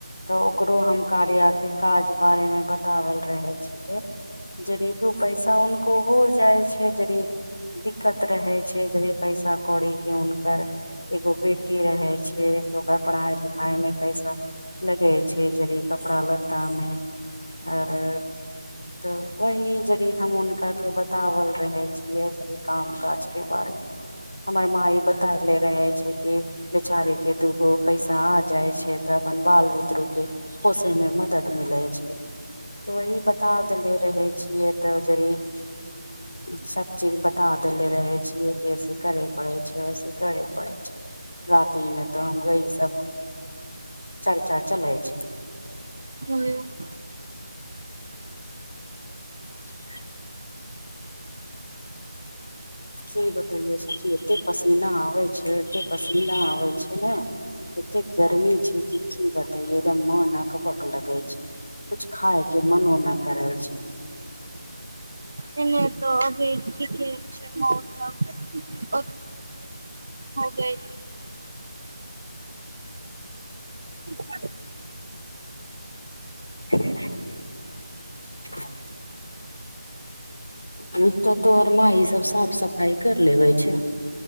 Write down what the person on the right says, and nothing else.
<inaudible>
नहि नहि तो अभी ठीके ह मौसम <unintelligible> छैय। <inaudible>